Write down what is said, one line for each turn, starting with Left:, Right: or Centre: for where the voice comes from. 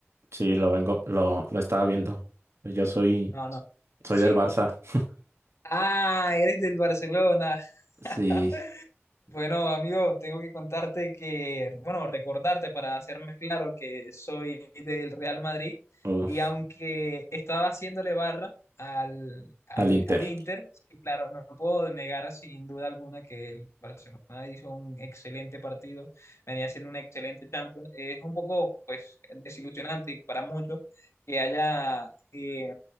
Right: Sí, lo vengo, lo, lo estaba viendo. Yo soy,
Left: No, no.
Right: soy
Left: ¿Sí?
Right: del Barça. <laughs>
Left: Ah, eres del Barcelona.
Right: Sí,
Left: <laughs> Bueno, amigo, tengo que contarte que, bueno, recordarte para hacerme claro que soy del Real Madrid
Right: uh,
Left: y aunque estaba haciéndole barra al, al,
Right: al Inter.
Left: al Inter, sí, claro, no puedo negar sin duda alguna que el Barcelona hizo un excelente partido, venía haciendo un excelente Champions. Es un poco, pues, desilusionante para muchos que haya... eh,